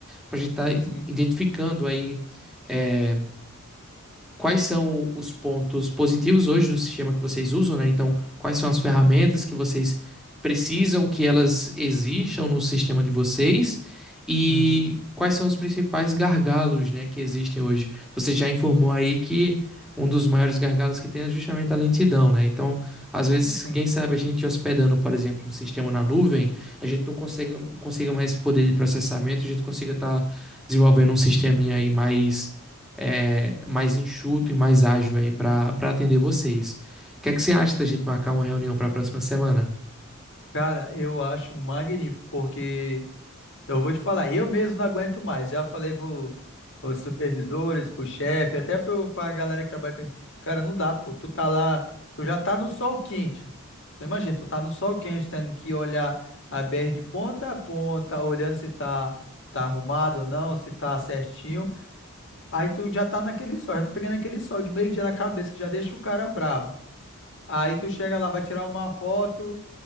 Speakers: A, in the centre; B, on the left.
A: para a gente estar
B: Sim, sim.
A: identificando aí é, quais são os pontos positivos hoje do sistema que vocês usam, né? Então, quais são as ferramentas
B: Hum,
A: que vocês precisam que elas existam
B: hum,
A: no sistema de vocês e
B: uhum,
A: quais são os principais gargalos, né, que existem hoje. Você já informou
B: hum,
A: aí que um dos maiores gargalos que tem é justamente a lentidão, né? Então, às vezes,
B: Sim.
A: quem sabe a gente hospedando, por exemplo, um sistema na nuvem, a gente não consegue, consiga mais poder de processamento, a gente consiga estar desenvolvendo um sistema aí mais é, mais enxuto e mais ágil aí para atender vocês. O que é que você acha da gente marcar uma reunião para a próxima semana?
B: Cara, eu acho magnífico, porque Eu vou te falar, eu mesmo não aguento mais. Já falei pro os supervisores, pro chefe, até pro, pra galera que trabalha com a gente. Cara, não dá, pô. Tu tá lá, tu já tá no sol quente. Tu imagina, tu tá no sol quente, tendo que olhar a BR de ponta a ponta, olhando se tá, tá arrumado ou não, se tá certinho. Aí tu já tá naquele sol, já tá pegando aquele sol de meio-dia na cabeça, que já deixa o cara bravo. Aí tu chega lá, vai tirar uma foto,